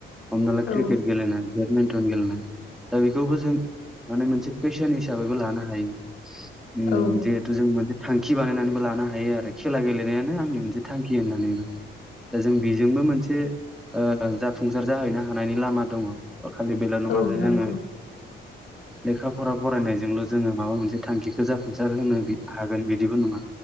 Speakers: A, in the centre; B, on the left.
A: हमना ला क्रिकेट
B: औ
A: गेलेनाय बेडमिन्टन गेलेनाय दा बेखौबो जों माने मोनसे पेसन हिसाबैबो लानो हायो उ
B: औ
A: जिहेथु जों मोनसे थांखि बानायनानैबो लानो हायो आरो खेला गेलेनायानो आंनि मोनसे थांखि होननानैबो दा जों बेजोंबो मोनसे जाफुंसार जाहैनो हानायनि लामा दङ खालि बेल नङाजे
B: औ नंगौ
A: जोङो लेखा फरा फरायनायजोंल' जोङो माबा मोनसे थांखिखौ जाफुंसार होनो हागोन बिदिबो नङा